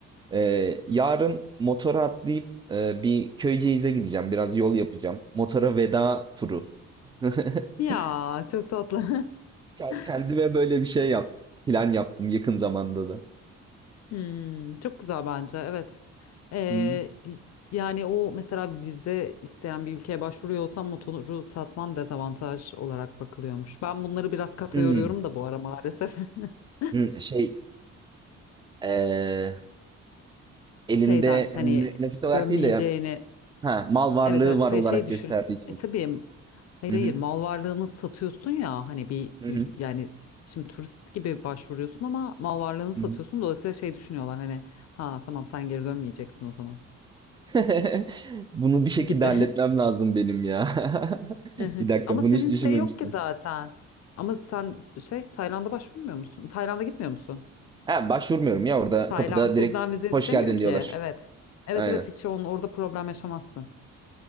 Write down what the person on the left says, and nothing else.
Ya çok tatlı.
<laughs>
Hmm, çok güzel bence evet. Ee,
bi- yani o mesela vize isteyen bir ülkeye başvuruyorsam motoru satman dezavantaj olarak bakılıyormuş. Ben bunları biraz kafa
yoruyorum da bu ara maalesef. <laughs>
Şeyden hani
dönmeyeceğini
evet evet
hayır
şey düşün.
E tabii hayır
hayır
mal varlığını satıyorsun ya hani bir
yani şimdi turist gibi başvuruyorsun ama mal varlığını satıyorsun
dolayısıyla şey düşünüyorlar hani ha tamam sen geri dönmeyeceksin o zaman
gibi.
Hı hı.
Ama
senin
şey yok ki zaten. Ama sen şey Tayland'a başvurmuyor musun? Tayland'a gitmiyor musun?
Tayland
bizden vize
istemiyor
ki.
Evet. Evet
evet hiç onun orada problem yaşamazsın.